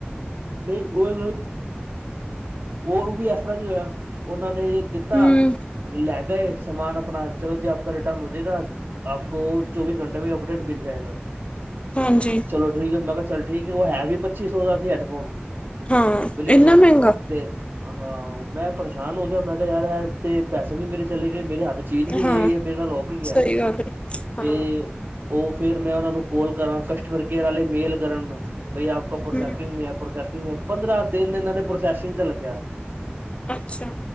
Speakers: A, on the right; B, on the left.
A: ਨਹੀਂ ਉਹ ਉਹ ਵੀ, ਇਸ ਤਰ੍ਹਾਂ ਨਹੀਂ ਹੋਇਆ। ਉਹਨਾਂ ਨੇ ਜੇ ਕੀਤਾ
B: ਹਮ
A: ਲੈ ਗਏ ਸਮਾਨ ਆਪਣਾ, ਚਲੋ ਜੀ ਆਪ ਰਿਟਰਨ ਹੋ ਜਾਏਗਾ। ਆਪ ਕੋਂ, ਚੌਬੀਸ ਘੰਟੇ ਮੇ ਅਪਡੇਟ ਮਿਲ ਜਾਏਗਾ।
B: ਹਾਂਜੀ।
A: ਚਲੋ ਠੀਕ ਹੈ, ਮੈਂ ਕਿਹਾ ਚੱਲ ਠੀਕ ਹੈ। ਉਹ ਹੈ ਵੀ ਪੱਚੀ ਸੌ ਦਾ ਸੀ, ਹੈਡਫੋਨ
B: ਹਾਂ
A: ਬਲਟੂਥ।
B: ਇੰਨਾ ਮਹਿੰਗਾ
A: ਤੇ, ਹਾਂ ਮੈਂ ਪਰੇਸ਼ਾਨ ਹੋ ਗਿਆ। ਮੈਂ ਕਿਹਾ ਯਾਰ, ਐ ਤੇ ਪੈਸੇ ਵੀ ਮੇਰੇ ਚਲੇ ਗਏ, ਮੇਰੇ ਹੱਥ 'ਚ ਚੀਜ਼ ਵੀ ਨੀ
B: ਹਾਂ
A: ਆਈ ਹੈ, ਮੇਰੇ ਨਾਲ ਹੋ ਕੀ ਗਿਆ।
B: ਸਹੀ ਗੱਲ ਹੈ
A: ਤੇ
B: ਹਾਂ
A: ਉਹ ਫੇਰ ਮੈਂ ਉਹਨਾਂ ਨੂੰ ਕੋਲ ਕਰਾਂ, ਕਸਟਮਰ ਕੇਅਰ ਵਾਲੇ ਮੇਲ ਕਰਨ ਬਾਈ ਆਪ ਪ੍ਰੋਸੈਸਿੰਗ
B: ਹੂੰ
A: ਨੀ ਹੈ, ਪ੍ਰੋਸੈਸਿੰਗ, ਪੰਦਰਾਂ ਦਿਨ ਇਹਨਾਂ ਨੇ ਪ੍ਰੋਸੈਸਿੰਗ ਤੇ ਲਗਿਆ।
B: ਅੱਛਾ।